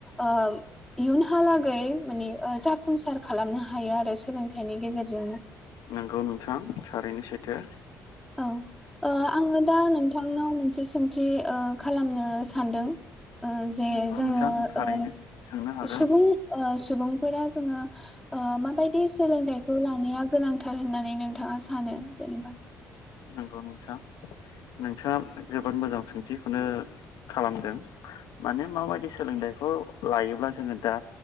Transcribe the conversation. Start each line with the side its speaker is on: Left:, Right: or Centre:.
Centre: ओ इयुनहालागै माने ओ- जाफुंसार खालामनो हायो आरो सोलोंथाइनि गेजेरजोंनो
Left: नोंगौ नोंथां थारैनो सैथो
Centre: औ ओ- आङो दा नोंथांनाव मोनसे सोंथियो ओ- खालामनो सानदों ओ- जे
Left: नंगौ
Centre: जोंङो
Left: नोंथां थारैनो
Centre: ओ-
Left: सोंनो हागोन
Centre: सुबुं ओ- सुबुंफोरा जोंङो ओ- माबायदि सोलोंथाइखौ लानाया गोनांथार होननानै नोंथाङा सानो जेनेबा
Left: नंगौ नोंथाङा नोंथाङा जोबोद मोजां सोंथिखौनो खालामदों माने माबायदि सोलोंथाइखौ लायोब्ला जोङो दा